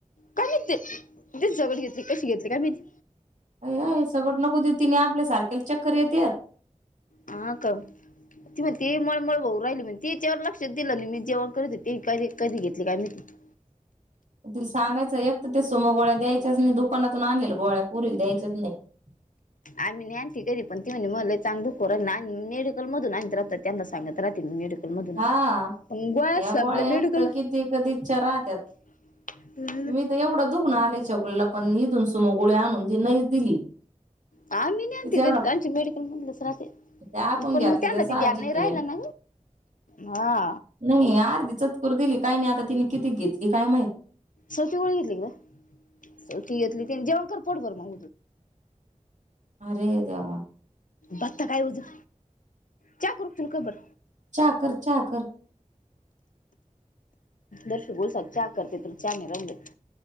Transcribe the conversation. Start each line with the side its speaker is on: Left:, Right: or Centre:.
Left: का माहीत तेच जवळ घेतली कशी घेतली काय माहिती?
Right: अय अय सगट नको दे तिन आपल्या सारख्याला चक्कर येत्यात.
Left: हा का. ती म्हणते मळमळ होऊ राहिली म्हण तेच्यावर लक्षा दिलं मी जेवण करत होते कध कधी घेतले काय माहित.
Right: तिला सांगायंच एक तर ती सुमो गोळ्या द्यायच्याच नाय, दुकानातून आणलेल्या गोळ्या पुरीला द्यायच्याच
Left: हम्म.
Right: नाही <unintelligible> <inaudible>
Left: आम्ही नाय आणती तरी पण ती म्हणली मला लयचं आंग दुखो राहिल <unintelligible> मेडिकल मधून आणत राहत त्यांना सांगत राहते मी मेडि डिकल मधून
Right: हा
Left: गोळ्याच
Right: या
Left: संपल्या
Right: गोळ्या
Left: मेडिकल
Right: एक तर
Left: <unintelligible>
Right: किती कधीच्या राहत्यात मी एवढं
Left: <inaudible>
Right: दुखन आलेय छकुलीला पण इथून सुमो गोळी आणून दि नाहीच दिली.
Left: आम्ही नाही आणते
Right: तिचा एवढा
Left: कधीच आमची मेडिकल मधूनच राहते.
Right: ते आपण
Left: पण
Right: घेतले
Left: मग त्यांना
Right: साहजिक
Left: ते ध्यान नाही राहिलं
Right: आहे
Left: ना हा.
Right: नाही अर्धी चतकोर दिली काही नाही आता तिने किती घेतली काय माही
Left: सवती गोळी घेतली काय सवती घेतली तेन जेवण कर पोट बरं मग
Right: अरे देवा.
Left: बत्ता काय वजून च्या करू तुला कप बर
Right: चहा कर चहा कर.
Left: दर्श <unintelligible> चा करते तर चाने राहिले.